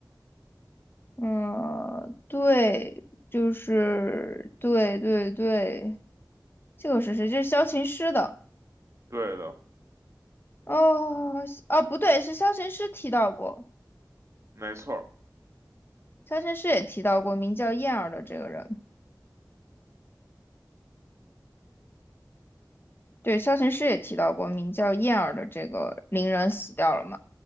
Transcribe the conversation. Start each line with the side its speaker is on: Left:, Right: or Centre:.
Left: 嗯，对，就是对对对，这个是谁？这是萧琴师的
Right: 对的，
Left: 哦，哦，不对，是萧琴师提到过，
Right: 没错儿
Left: 萧琴师也提到过名叫燕儿的这个人，对，萧琴师也提到过名叫燕儿的这个伶人死掉了嘛？